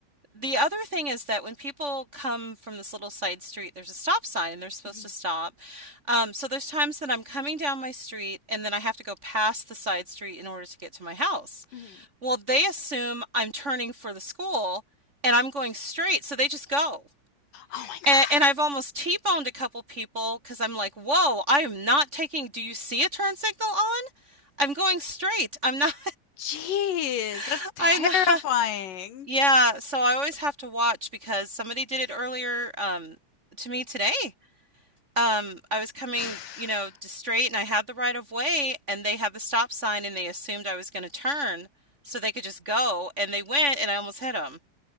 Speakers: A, on the right (about 25°); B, on the left (about 80°).
A: the other thing is that when people come from this little side street, there's a stop sign and they're supposed
B: Mhm.
A: to stop. Um, so there's times that I'm coming down my street and then I have to go past the side street in order to get to my house.
B: Mhm.
A: Well, they assume I'm turning for the school and I'm going straight, so they just go.
B: Oh my God.
A: And, and I've almost T-boned a couple people because I'm like, whoa, I am not taking, do you see a turn signal on? I'm going straight. I'm not,
B: Jeez,
A: <laughs>
B: that's terrifying.
A: I'm not, Yeah, so I always have to watch because somebody did it earlier, um, to me today. Um, I was coming,
B: <sighs>
A: you know, just straight and I had the right of way and they had the stop sign and they assumed I was gonna turn so they could just go and they went and I almost hit them.